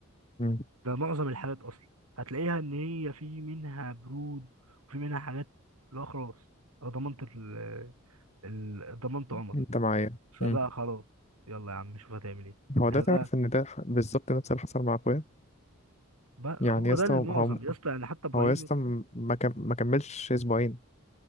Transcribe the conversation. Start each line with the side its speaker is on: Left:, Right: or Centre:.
Left: مم.
Right: ده معظم الحالات اصلا هتلاقيها ان هي في منها برود وفي منها حاجات لا خلاص انا ضمنت ال ال- ضمنت عمر
Left: انت معايا
Right: فبقى
Left: مم.
Right: خلاص يلا يا عم شوف هتعمل ايه
Left: هو ده
Right: احنا
Left: تعرف
Right: بقى,
Left: ان ده ح- بالظبط نفس اللي حصل مع اخويا
Right: بقى
Left: يعني
Right: هو
Left: يا اسطى
Right: ده المعظم
Left: هو هو
Right: يا اسطى يعني حتى ابراهيم
Left: هو يا اسطى
Right: يا اسطى
Left: م- ما كم- ما كملش اسبوعين